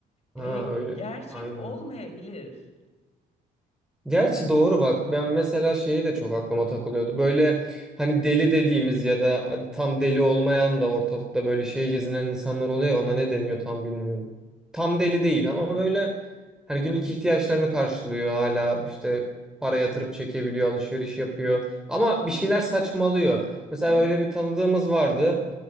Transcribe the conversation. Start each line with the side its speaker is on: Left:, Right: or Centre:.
Centre: Ha
Left: E,
Centre: öyle.
Left: gerçek
Centre: Aynen.
Left: olmayabilir.
Centre: Gerçi doğru bak. Ben mesela şeyi de çok aklıma takılıyordu. Böyle hani deli dediğimiz ya da tam deli olmayan da ortalıkta böyle şey gezinen insanlar oluyor ya ona ne deniyor tam bilmiyorum. Tam deli değil ama böyle hani günlük ihtiyaçlarını karşılıyor hala işte para yatırıp çekebiliyor, alışveriş yapıyor ama
Left: Hı hı,
Centre: bir şeyler saçmalıyor. Mesela
Left: hı hı.
Centre: öyle bir tanıdığımız vardı.